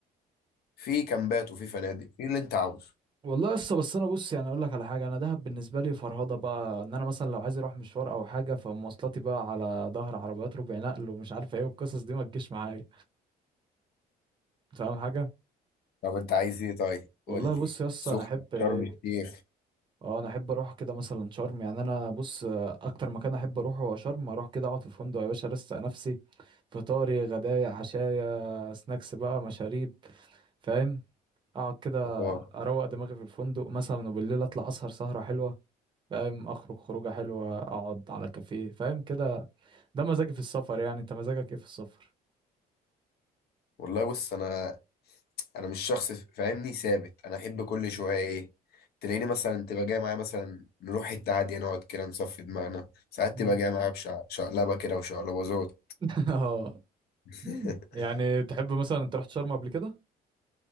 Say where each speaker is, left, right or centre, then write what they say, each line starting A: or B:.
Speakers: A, on the left; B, on the right.
A: في كامبات وفي فنادق في اللي انت عاوزه
B: والله لسه بس انا بص يعني اقول لك على حاجه انا دهب بالنسبه لي فرهضه بقى ان انا مثلا لو عايز اروح مشوار او حاجه فمواصلاتي بقى على ظهر عربيات ربع نقل ومش عارف ايه والقصص دي ما تجيش معايا فاهم حاجه
A: طب انت عايز ايه طيب
B: والله
A: قول لي
B: بص يا اسطى
A: سخنه
B: انا احب ايه
A: شرم الشيخ
B: اه انا احب اروح كده مثلا شرم يعني انا بص آه، اكتر مكان احب اروحه هو شرم اروح كده اقعد في فندق يا باشا ارستق نفسي فطاري غدايا عشايا سناكس بقى مشاريب فاهم اقعد كده
A: اه
B: اروق دماغي في الفندق مثلا وبالليل اطلع اسهر سهرة حلوة فاهم اخرج خروجة حلوة اقعد على كافيه فاهم كده ده مزاجي في السفر يعني انت مزاجك ايه في السفر
A: والله بص انا انا مش شخص فاهمني ثابت انا احب كل شويه ايه تلاقيني مثلا تبقى جاي معايا مثلا نروح حته عاديه نقعد كده نصفي دماغنا ساعات
B: مم.
A: تبقى جاي معايا بشقلبه كده وشقلباظات
B: <laughs> اه
A: <laughs>
B: مم. يعني تحب مثلا انت رحت شرم قبل كده